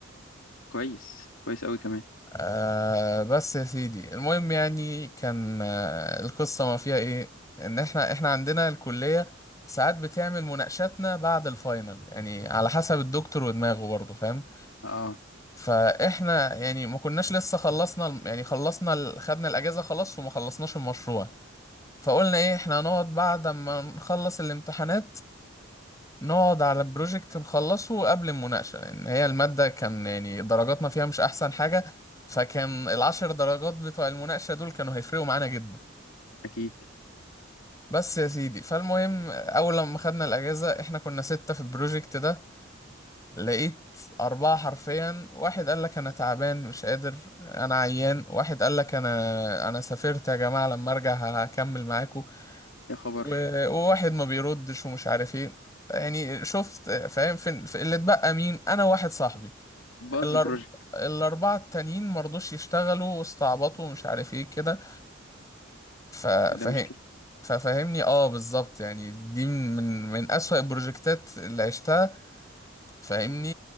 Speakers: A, on the left (about 80°); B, on the left (about 15°).
A: كويس كويس قوي كمان
B: آه بس يا سيدي المهم يعني كان آه القصة ما فيها ايه ان احنا احنا عندنا الكلية ساعات بتعمل مناقشاتنا بعد الفاينل يعني على حسب الدكتور ودماغه برضه فاهم
A: اه
B: فاحنا يعني ما كناش لسه خلصنا يعني خلصنا ال- خدنا الاجازة خلاص وما خلصناش المشروع فقلنا ايه احنا هنقعد بعد ما نخلص الامتحانات نقعد على بروجكت نخلصه قبل المناقشة لأن هي المادة كان يعني درجاتنا فيها مش أحسن حاجة فكان العشر درجات بتوع المناقشة دول كانوا هيفرقوا معانا جدا
A: اكيد
B: بس يا سيدي فالمهم أول لما خدنا الأجازة احنا كنا ستة في البروجكت ده لقيت أربعة حرفيا واحد قال لك أنا تعبان مش قادر أنا عيان واحد قال لك أنا أنا سافرت يا جماعة لما أرجع هكمل معاكم
A: يا خبر
B: و- وواحد ما بيردش ومش عارف ايه يعني شفت فاهم فين في اللي اتبقى مين انا واحد صاحبي
A: باظ
B: الأرب...
A: البروجكت
B: الاربعه التانيين ما رضوش يشتغلوا واستعبطوا ومش عارف ايه كده ف... فاهم
A: ده مشكله
B: ففهمني اه بالظبط يعني دي من من من اسوأ البروجكتات اللي عشتها فاهمني